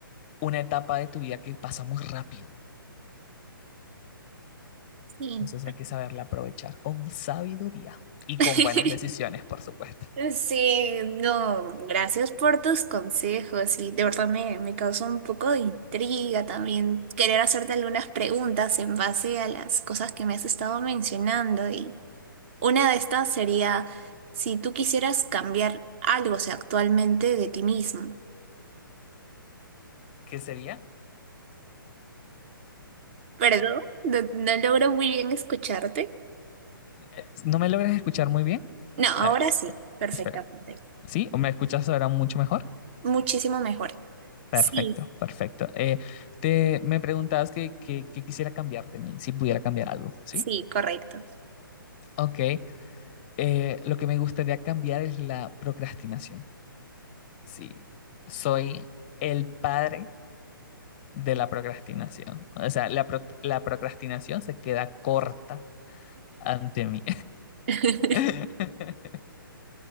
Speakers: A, on the left; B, on the right.
A: una etapa de tu vida que pasa muy rápido.
B: sí.
A: Entonces hay que saberla aprovechar con sabiduría y
B: <laughs>
A: con buenas decisiones, por supuesto.
B: Sí, no, gracias por tus consejos y de verdad me, me causó un poco de intriga también querer hacerte algunas preguntas en base a las cosas que me has estado mencionando y una de estas sería si tú quisieras cambiar algo, o sea, actualmente de ti mismo.
A: ¿Qué sería?
B: ¿Perdón? No, no logro muy bien escucharte.
A: Eh, ¿No me logras escuchar muy bien?
B: No, ahora
A: A ver,
B: sí, perfectamente.
A: espera. ¿Sí? ¿O me escuchas ahora mucho mejor?
B: Muchísimo mejor.
A: Perfecto,
B: Sí,
A: perfecto. Eh, te, me preguntabas que, que- que quisiera cambiar de mí, si pudiera cambiar algo, ¿sí?
B: sí, correcto.
A: Ok. eh, lo que me gustaría cambiar es la procrastinación. Sí. Soy el padre de la procrastinación. O sea, la, pro- la procrastinación se queda corta ante mí.
B: <laughs>
A: <laughs>